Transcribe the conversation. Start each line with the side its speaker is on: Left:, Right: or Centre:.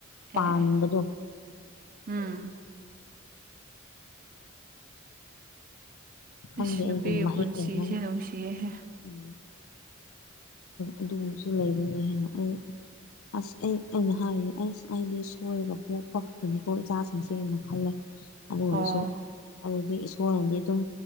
Left: ꯄꯥꯟꯕꯗꯣ
Right: ꯑꯦ ꯑꯦ ꯎꯝ
Left: ꯈꯪꯗꯦ
Right: ꯁ ꯅꯨꯄꯤ
Left: ꯑꯩꯒꯤ ꯃꯍꯤꯛ
Right: ꯄꯨꯟꯁꯤꯁꯦ
Left: ꯌꯥꯝꯃꯟ
Right: ꯅꯅꯨꯡꯁꯤꯍꯦ
Left: ꯎꯝ ꯑꯗꯨꯒꯨꯝꯕꯁꯨ ꯂꯩꯕꯅꯤ ꯍꯥꯏꯅ ꯑꯩ ꯑꯁ ꯑꯩ ꯑꯩꯅ ꯍꯥꯏꯔꯤꯅꯦ ꯑꯁ ꯑꯩꯗꯤ ꯁꯣꯏꯔꯒ ꯄꯣꯛꯄꯄꯅꯤꯀꯣ ꯏꯆꯥꯁꯤꯡꯁꯦꯩꯅ ꯈꯜꯂꯦ ꯑꯗꯨ ꯑꯣꯏꯔꯁꯨ
Right: ꯑꯣ
Left: ꯑꯗꯨꯗꯤ ꯏꯁꯣꯔꯅꯗꯤ ꯑꯗꯨꯝ